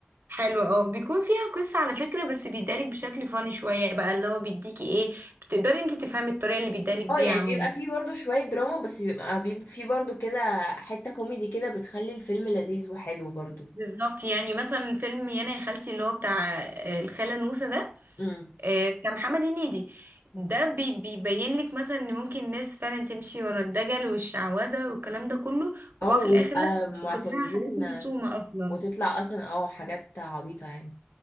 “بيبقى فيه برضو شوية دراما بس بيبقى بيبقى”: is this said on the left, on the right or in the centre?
Left